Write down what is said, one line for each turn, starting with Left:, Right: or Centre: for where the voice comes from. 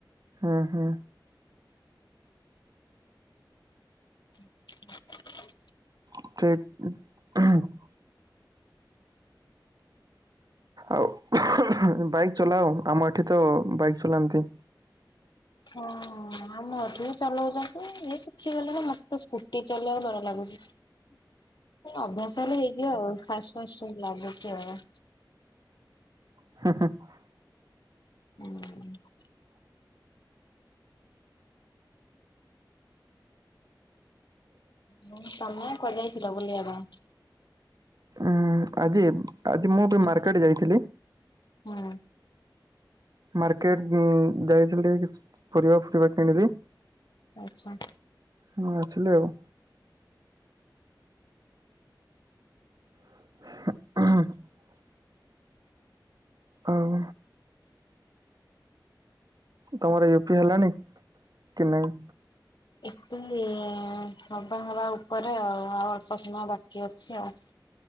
Right: ହଁ ହଁ।
Left: ହଁ।
Right: <inaudible> ଆଉ ବାଇକ୍ ଚଲାଅ ଆମ ଏଠି ତ ବାଇକ୍ ଚଲାନ୍ତି।
Left: ହଁ ଆମ ଏଠି ବି ଚଲଉଛନ୍ତି ଯିଏ ଶିଖିଗଲେଣି ମତେ ସ୍କୁଟି ଚଲେଇବାକୁ ଡର ଲାଗୁଛି। ଅଭ୍ୟାସ ହେଲେ ହେଇଯିବ ଆଉ ଫାଷ୍ଟ ଫାଷ୍ଟ ଲାଗୁଚି ଆଉ।
Right: <inaudible>
Left: <inaudible> ତମେ କୁଆଡେ ଯାଇଥିଲ ବୁଲିବା ପାଇଁ?
Right: ଉଁ ଆଜି ଆଜି ମୁଁ ବି
Left: ହୁଁ
Right: ମାର୍କେଟ ଯାଇଥିଲି।
Left: ହୁଁ।
Right: ମାର୍କେଟ ଉଁ ଯାଇଥିଲି ପରିବା ଫୁରିବା କିଣିଲି।
Left: ଆଛା।
Right: ହଁ ଆସିଲି ଆଉ। <inaudible> ଆଉ। ତମର ଏପି ହେଲାନି କି ନାଇଁ?
Left: ଇପି ହବା ହବା ଉପରେ ଆଉ ଆଉ ଅଳ୍ପ ସମୟ ବାକି ଅଛି ଆଉ।